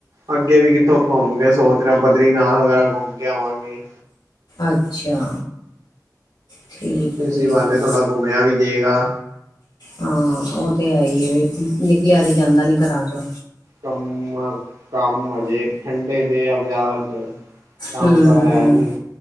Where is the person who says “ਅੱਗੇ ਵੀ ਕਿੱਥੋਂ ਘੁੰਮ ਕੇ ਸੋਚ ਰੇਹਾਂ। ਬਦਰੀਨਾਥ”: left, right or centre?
Right